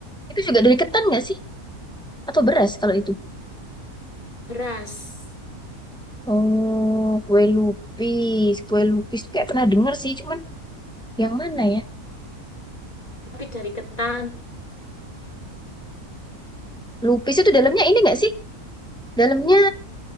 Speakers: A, in the centre; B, on the left.
A: Itu juga dari ketan nggak sih? Atau beras kalau itu?
B: Beras.
A: Oh, kue lupis. Kue lupis tuh kayak pernah denger sih, cuman yang mana ya?
B: Tapi dari ketan.
A: Lupis itu dalamnya ini nggak sih? Dalamnya